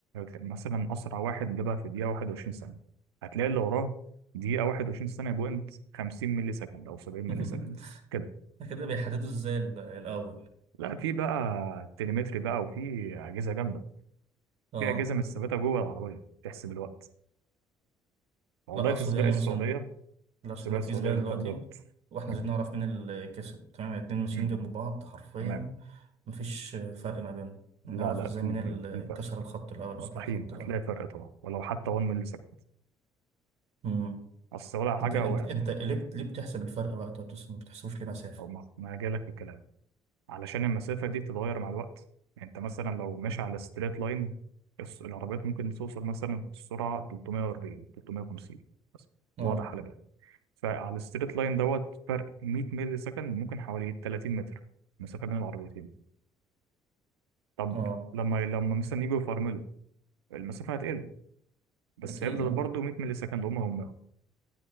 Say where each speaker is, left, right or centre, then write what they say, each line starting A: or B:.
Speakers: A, on the right (about 80°); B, on the right (about 55°).
A: مثلا اسرع واحد جابها في دقيقة 21 ثانية هتلاقي اللي وراه دقيقة 21 ثانية بوينت 50 ملي سكند او 70
B: <laughs>
A: ملي سكند كده
B: كده بيحددوا ازاي ال- الأول
A: لا في بقى تليمتري بقى وفي أجهزة جامدة
B: اه
A: في أجهزة متثبتة جوه العربية تحسب الوقت والله
B: لا اقصد
A: في سباق
B: يعني
A: السعودية
B: مثلا عشان
A: السباق
B: لو
A: السعودية
B: في سباق
A: اللي
B: دلوقتي
A: فات دوت
B: واحنا
A: مم.
B: عايزين نعرف مين اللي كسب تمام الاتنين ماشيين
A: مم.
B: جنب بعض حرفيا
A: تمام
B: مفيش فرق ما بينهم نعرف
A: لا لا
B: ازاي
A: في
B: مين اللي
A: في في فرق
B: كسر الخط الاول
A: مستحيل
B: او قطع الخط
A: هتلاقي
B: الاول
A: فرق طبعا ولو حتى 1 مللي سكند
B: امم
A: اصل ولا حاجه
B: انت انت
A: وقعت
B: انت ليه بت- ليه بتحسب الفرق وقت ما بتس- ما بتحسبوش ليه مسافة
A: او ما ما جالك في الكلام علشان المسافه دي بتتغير مع الوقت يعني انت مثلا لو ماشي على ستريت لاين العربيات ممكن توصل مثلا السرعه 340 350 بس
B: اه
A: واضح على بالك فعلى الستريت لاين دوت فرق 100 مللي سكند ممكن حوالي 30 متر مسافه بين العربيتين طب
B: اه
A: لما لما مثلا يجوا يفرملوا المسافه هتقل بس
B: اكيد
A: هيفضل
B: اه
A: برضه 100 مللي سكند هم هم